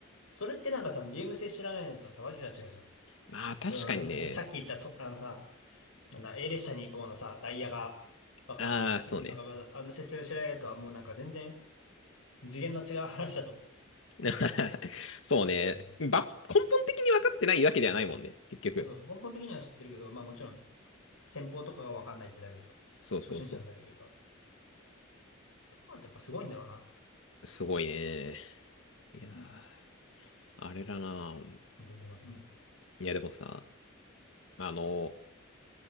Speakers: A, on the left; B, on the left.
A: それってなんかさ、ゲーム性知らないのとさ、わけが違うじゃん。
B: まあ確かにね。
A: うん、さっき言ったと、あのさ、なんだ、A 列車に行こうのさ、ダイヤが、わかん、
B: ああ、そうね。
A: なんかまだ、あのシステム知らないとはもうなんか全然次元の違う話だと思
B: <laughs> そうね。
A: う。うん。
B: ば、根本的に分かってないわけではないもんね。結局。
A: まあ、そう、根本的には知ってるけど、まあもちろん、先方とかがわかんないってだけでしょ。
B: そうそうそ
A: 初心者なだけというか。ってことはやっぱすごいんだろうな。
B: う。すごいね。いやー、あれだな。
A: でも、うん。
B: いや、でもさ、あの、